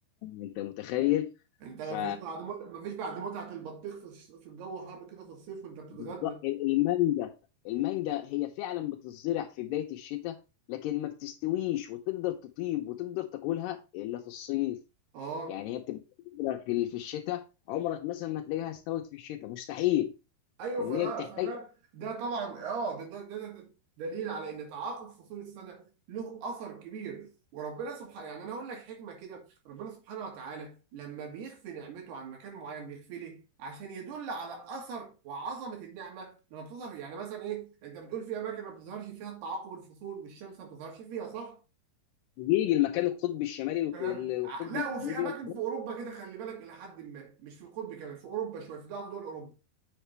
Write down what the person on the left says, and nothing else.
انت متخيل
ف
بالظبط المانجا المانجا هي فعلا بتزرع في بدايه الشتاء لكن ما بتستويش وتقدر تطيب وتقدر تاكلها الا في الصيف
يعني هي بتبقى بتزرع في في الشتاء عمرك مثلا ما تلاقيها استوت في الشتاء مستحيل
لان
هي بتحتاج
حقيقي المكان القطبي الشمالي والقطب
الجنوبي